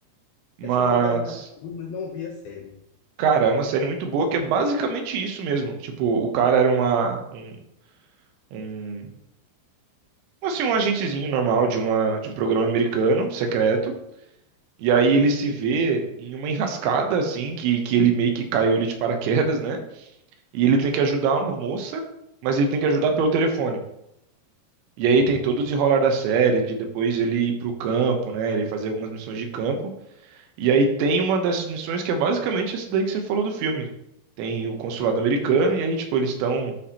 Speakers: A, on the right; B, on the left.
A: mas
B: Acho que eu já vi ela no capítulo, mas não vi a série.
A: cara, é uma série muito boa que é basicamente isso mesmo. Tipo, o cara era uma um, um assim um agentezinho normal de uma de um programa americano secreto. E aí ele se vê em uma enrascada assim que que ele meio que caiu ali de paraquedas, né? E ele tem que ajudar uma moça, mas ele tem que ajudar pelo telefone. E
B: Hum,
A: aí tem
B: entendi.
A: todo o desenrolar da série, de depois ele ir pro campo, né? Ele fazer algumas missões de campo. E aí tem uma dessas missões que é basicamente essa daí que você falou do filme. Tem o consulado americano, e aí, tipo, eles estão.